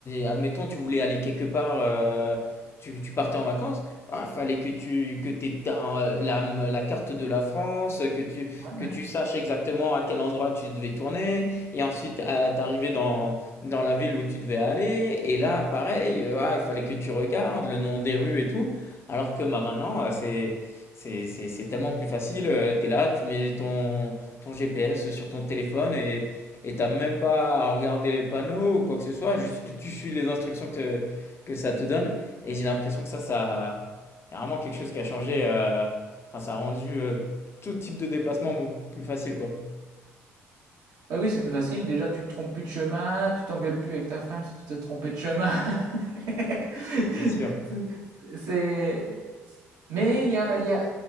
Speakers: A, on the left; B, on the right.
A: admettons, tu voulais aller quelque part, euh, tu, tu partais en vacances, il fallait que tu que t'aies ta- euh, la, la carte de la France, que tu,
B: Ouais,
A: que
B: ouais.
A: tu saches exactement à quel endroit tu devais tourner, et ensuite euh, t'arrivais dans, dans la ville où tu devais aller, et là, pareil, euh, ah, il fallait que tu regardes le nom des rues et tout, alors que bah, maintenant, euh, c'est... C'est c'est- c'est tellement plus facile, tu es là, tu mets ton, ton GPS sur ton téléphone et et t'as même pas à regarder les panneaux ou quoi que ce soit, juste tu suis les instructions que que ça te donne et j'ai l'impression que ça ça c'est vraiment quelque chose qui a changé euh, enfin ça a rendu euh, tout type de déplacement beaucoup plus facile quoi.
B: Bah oui, c'est plus facile. Déjà, tu te trompes plus de chemin, tu t'engueules plus avec ta femme si tu t'es trompé de chemin. <laughs>
A: C'est sûr.
B: C'est, Mais il y a, il y a-